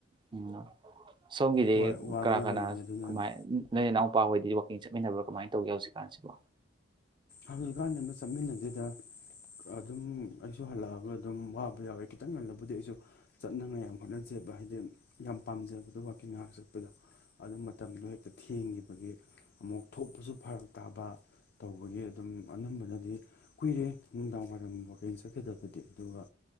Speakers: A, on the right; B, on the left.
A: ꯎꯝ ꯁꯣꯝꯒꯤꯗꯤ
B: ꯍꯣꯏ ꯋꯥꯅꯔꯝꯃꯅꯤ
A: ꯀꯅꯥ ꯀꯅꯥ
B: ꯑꯗꯨꯅꯅꯦ
A: ꯀꯃꯥꯏ ꯅꯣꯏ ꯅꯅꯥꯎ ꯅꯨꯄꯥ ꯍꯣꯏꯗꯤ ꯋꯥꯛꯀꯤꯡ ꯆꯠꯃꯤꯟꯅꯕ꯭ꯔꯥ ꯀꯃꯥꯏꯅ ꯇꯧꯒꯦ ꯍꯧꯖꯤꯛꯀꯥꯟꯁꯤꯕꯣ
B: ꯍꯧꯖꯤꯛꯀꯥꯟ ꯑꯃ ꯆꯠꯃꯤꯟꯅꯗꯦꯗ ꯑꯗꯨꯝ ꯑꯩꯁꯨ ꯍꯜꯂꯛ ꯑꯒ ꯑꯗꯨꯝ ꯋꯥꯕ ꯌꯥꯎꯋꯦ ꯈꯤꯇꯪ ꯉꯜꯂꯕꯨꯗꯤ ꯑꯩꯁꯨ ꯆꯠꯅꯉꯥꯏ ꯌꯥꯝ ꯍꯣꯠꯅꯖꯩꯕ ꯍꯥꯏꯗꯤ ꯌꯥꯝ ꯄꯥꯝꯖꯕꯗꯣ ꯋꯥꯀꯤꯡ ꯉꯥꯏꯍꯥꯛ ꯆꯠꯄꯗꯣ ꯑꯗꯨ ꯃꯇꯝꯗꯣ ꯍꯦꯛꯇ ꯊꯦꯡꯒꯤꯕꯒꯤ ꯑꯃꯨꯛ ꯊꯣꯛꯄꯁꯨ ꯐꯔꯛ ꯇꯥꯕ ꯇꯧꯕꯒꯤ ꯑꯗꯨꯝ ꯑꯅꯝꯕꯅꯗꯤ ꯀꯨꯏꯔꯦ ꯅꯨꯡꯗꯥꯡ ꯋꯥꯏꯔꯝ ꯋꯥꯀꯤꯡ ꯆꯠꯈꯤꯗꯕꯗꯤ ꯑꯗꯨꯒ